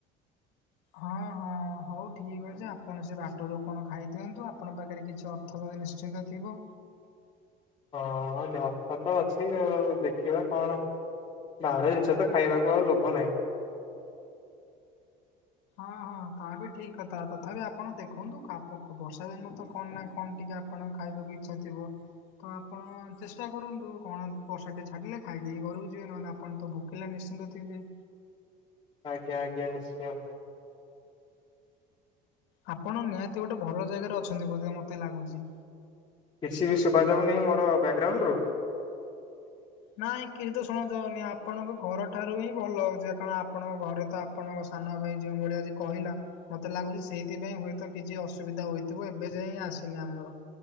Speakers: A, on the left (about 80°); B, on the left (about 25°).
A: ହଁ ହଁ। ହଉ ଠିକ ଅଛି ଆପଣ ସେ ବାଟରୁ କଣ ଖାଇ ଦିଅନ୍ତୁ ଆପଣଙ୍କ ପାଖରେ କିଛି ଅର୍ଥ ନିଶ୍ଚିନ୍ତ ଥିବ।
B: <inaudible> ହଁ ନଥ ତ ଅଛି, ଆଉ ଦେଖିବା କଣ ବାହାର ଜିନିଷ ତ ଖାଇବାକୁ ଆଉ ଲୋଭ ନାହିଁ।
A: ହଁ ହଁ ତାହା ବି ଠିକ୍ କଥା, ତଥାପି ଆପଣ ଦେଖନ୍ତୁ ବର୍ଷା ଦିନ ତ କଣ ନା କଣ ଟିକେ ଆପଣ ଖାଇବାକୁ ଇଚ୍ଛା ଥିବ। ତ ଆପଣ ଚେଷ୍ଟା କରନ୍ତୁ କଣ ବର୍ଷା ଟେ ଛାଡିଲେ ଖାଇଦେଇ ଘରକୁ ଯିବେ ନହେଲେ ଆପଣ ତ ଭୋକିଲେ ନି ନିଶ୍ଚିତ ଥିବେ।
B: ଆଜ୍ଞା ଆଜ୍ଞା ନିଶ୍ଚୟ।
A: ଆପଣ ନିହାତି ଗୋଟେ ଭଲ ଜାଗାରେ ଅଛନ୍ତି ବୋଧେ ମତେ ଲାଗୁଚି।
B: କିଛି ବି ଶୁଭାଯାଉନହିଁ ମୋର ବ୍ୟାକଗ୍ରାଉଣ୍ଡ ରୁ?
A: ନାଇଁ କିଛି ତ ଶୁଣ ଯାଉନି ଆପଣଙ୍କ ଘର ଠାରୁ ହିଁ ଭଲ ଆଉଚି କାରଣ ଆପଣଙ୍କ ଘରେ ତ ଆପଣଙ୍କ ସାନ ଭାଇ ଭଳିଆ କହିଲା ମତେ ଲାଗୁଚି ସେଇଥିପାଇଁ ହୁଏତ କିଛି ଅସୁବିଧା ହୋଇଥିବ ଏବେ ଯାଇ ହିଁ ଆସିନି ଆମର।